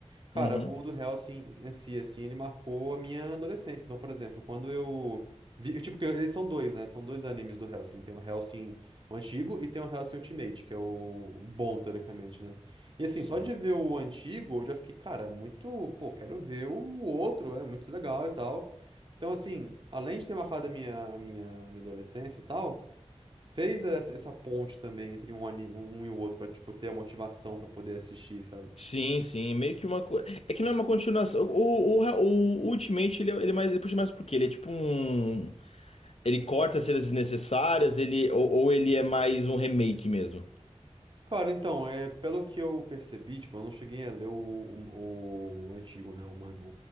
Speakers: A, on the right (about 45°); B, on the left (about 65°).
A: Cara,
B: Uhum.
A: o do Hellsing em si, assim, ele marcou a minha adolescência. Então, por exemplo, quando eu vi, tipo, que eles são dois, né? São dois animes do Hellsing. Tem o Hellsing o antigo e tem o Hellsing Ultimate, que é o, o bom, teoricamente, né? E assim,
B: Sim.
A: só de ver o antigo, eu já fiquei, cara, muito, pô, quero ver o outro, é muito legal e tal. Então, assim, além de ter marcado a minha, a minha, a minha adolescência e tal, fez essa, essa ponte também entre um anime, um e o outro, pra, tipo, ter a motivação pra poder assistir, sabe?
B: Sim, sim, meio que uma coisa. É que não é uma continuação. O, o, o Ultimate, ele, é- ele, é mais, ele puxa mais por quê? Ele é tipo um. Ele corta cenas desnecessárias, ele, ou, ou ele é mais um remake mesmo.
A: Cara, então, é, pelo que eu percebi, tipo, eu não cheguei a ler o, o, o antigo, né? O manga, o,